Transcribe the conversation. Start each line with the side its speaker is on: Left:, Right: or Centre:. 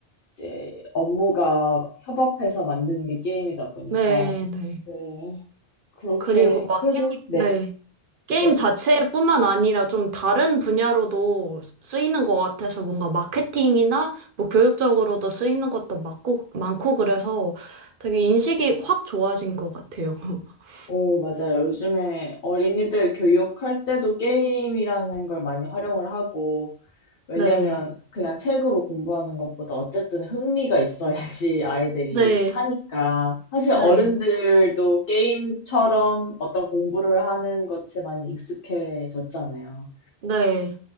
Left: 이제 업무가 협업해서 만드는 게 게임이다 보니까
Right: 네, 네.
Left: 네, 그렇게
Right: 그리고 막,
Left: 그래도
Right: 게임-
Left: 네,
Right: 네. 게임
Left: 네.
Right: 자체뿐만 아니라 좀 다른 분야로도 쓰이는 것 같아서 뭔가 마케팅이나 뭐 교육적으로도 쓰이는 것도 많고, 많고 그래서 되게 인식이 확 좋아진 것 같아요. <laughs>
Left: 오, 맞아요. 요즘에 어린이들 교육할 때도 게임이라는 걸 많이 활용을 하고 왜냐면
Right: 네,
Left: 그냥 책으로 공부하는 것보다 어쨌든 흥미가 있어야지 <laughs> 아이들이
Right: 네,
Left: 하니까. 사실
Right: 네,
Left: 어른들도 게임처럼 어떤 공부를 하는 것에 많이 익숙해졌잖아요.
Right: 네.